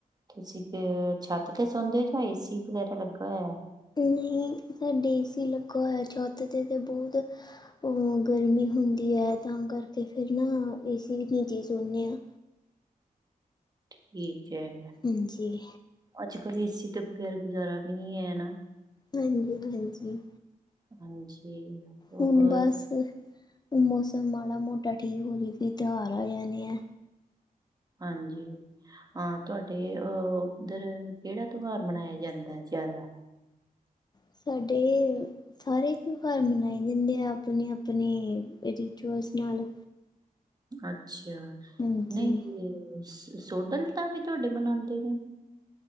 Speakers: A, on the right (about 25°); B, on the left (about 25°).
A: ਤੁਸੀਂ ਕਿ ਛੱਤ ਤੇ ਸੌਦੇ ਹੋ ਜਾਂ ਏਸੀ ਵਗੈਰਾ ਲੱਗਾ ਹੋਇਆ?
B: ਨਹੀਂ, ਸਾਡੇ ਏਸੀ ਲੱਗਾ ਹੋਇਆ ਛੱਤ ਤਾਂ ਬਹੁਤ ਉਹ ਗਰਮੀ ਹੁੰਦੀ ਹੈ ਤਾਂ ਕਰਕੇ ਫਿਰ ਨਾ ਏ ਸੀ ਨੀਚੇ ਸੌਂਦੇ ਹਾਂ।
A: ਠੀਕ ਹੈ,
B: ਹਾਂਜੀ,
A: ਅੱਜ-ਕੱਲ੍ਹ ਏਸੀ ਤੋਂ ਬਗੈਰ ਗੁਜ਼ਾਰਾ ਵੀ ਨਹੀਂ ਹੈਨਾ।
B: ਹਾਂਜੀ-ਹਾਂਜੀ।
A: ਹਾਂਜੀ। ਹੋਰ
B: ਹੁਣ ਬਸ ਮੌਸਮ ਮਾੜਾ-ਮੋਟਾ ਠੀਕ ਹੋ ਜਾਵੇ ਫਿਰ ਤਿਉਹਾਰ ਆ ਜਾਣੇ ਆ।
A: ਹਾਂਜੀ। ਹਾਂ, ਤੁਹਾਡੇ ਅਹ ਉੱਧਰ ਕਿਹੜਾ ਤਿਉਹਾਰ ਮਨਾਇਆ ਜਾਂਦਾ ਜ਼ਿਆਦਾ?
B: ਸਾਡੇ ਸਾਰੇ ਤਿਉਹਾਰ ਮਨਾਏ ਜਾਂਦੇ ਆ ਆਪਣੇ-ਆਪਣੇ ਰਿਚੁਅਲਸ ਨਾਲ।
A: ਅੱਛਾ,
B: ਹਾਂਜੀ
A: ਨਹੀਂ ਸੋਡਲ ਤਾਂ ਵੀ ਤੁਹਾਡੇ ਮਨਾਉਂਦੇ ਨੇ।